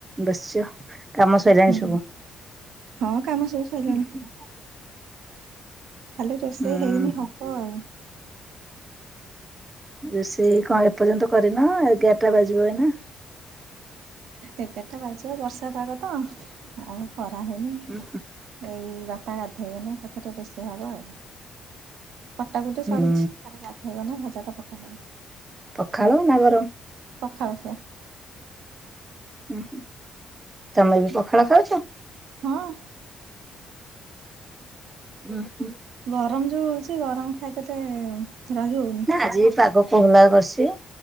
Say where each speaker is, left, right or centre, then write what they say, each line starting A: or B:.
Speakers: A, on the right; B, on the right.
A: ବସିଛ? କାମ ସଇଲାଣି
B: ହୁଁ
A: ସବୁ?
B: ହଁ କାମ ସବୁ ସରିଲାଣି
A: ଉ ହୁଁ।
B: ଖାଲି ରୋଷେଇ
A: ହୁଁ,
B: ହେଇନି ହବ ଆଉ।
A: ରୋଷେଇ କଣ ଏପର୍ଯ୍ୟନ୍ତ କରିନ ଏଗାରଟା ବାଜିବ ଏଇନା?
B: ଏଗାରଟା ବାଜିବ ବର୍ଷା ପାଗ ତ ଆଉ କରା ହେଇନି।
A: ଉଁ,
B: ଏଇ ବାପା ଗାଧେଇଗଲେ ଏଥର ରୋଷେଇ ହବ ଆଉ କଟା କଟି ସରିଛି।
A: ହୁଁ
B: ଖଲିି ଗାଧେଇଗଲେ ଭଜାଟା ପକାହବ।
A: ପଖାଳ ନା ଗର?
B: ପଖାଳ ଖିଆ।
A: ଉ ହୁଁ ତମେ ବି ପଖାଳ ଖାଉଛ?
B: ହଁ।
A: ଉ ହୁଁ।
B: ଗରମ ଯୋଉ ହଉଛି ଗରମ ଖାଇଦେଲେ ରହି ହଉ
A: ନା ଆଜି ପାଗ କୋହଲା କରସି।